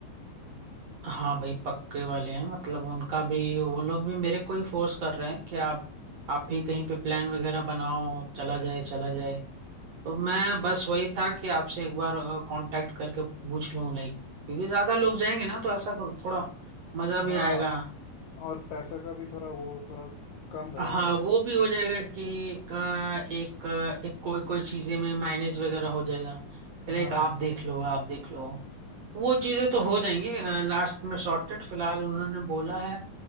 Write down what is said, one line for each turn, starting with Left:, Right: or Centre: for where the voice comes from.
Right: हाँ भाई पक्के वाले हैं मतलब उनका भी वो लोग भी मेरे को ही फोर्स कर रहे हैं कि आप आप ही कहीं पे प्लान वगैरह बनाओ चला जाए चला जाए तो मैं बस वही था कि आपसे एक बार कांटेक्ट करके पूछ लूं लाइक क्योंकि ज्यादा लोग जाएंगे ना तो ऐसा को- थोड़ा मजा
Left: हाँ
Right: भी आएगा
Left: और पैसा का भी थोड़ा वो थोड़ा कम लगेगा
Right: हाँ वो भी हो जाएगा कि का एक एक कोई कोई चीजें में माइनेज वगैरह हो जाएगा लाइक
Left: हाँ
Right: आप देख लो आप देख लो वो चीजें तो हो जाएंगी लास्ट में सॉर्टेड फिलहाल उन्होंने बोला है